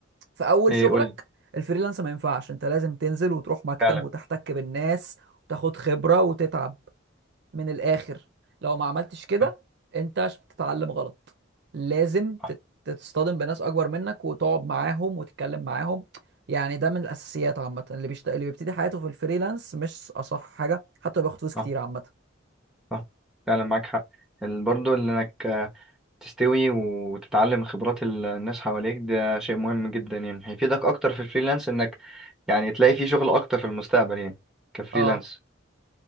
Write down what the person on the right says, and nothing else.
في اول
شغلك
الفريلانس ما ينفعش انت لازم تنزل وتروح مكتب
وتحتك بالناس وتاخد خبرة وتتعب من الاخر لو ما عملتش كده
انت ش- بتتعلم غلط لازم
تت- تتصطدم بناس اكبر منك وتقعد معاهم وتتكلم معاهم يعني ده من الاساسيات عامة اللي بيشت... اللي بيبتدي حياته في الفريلانس مش اصح حاجة حتى لو بياخد فلوس كتير
عامة
اه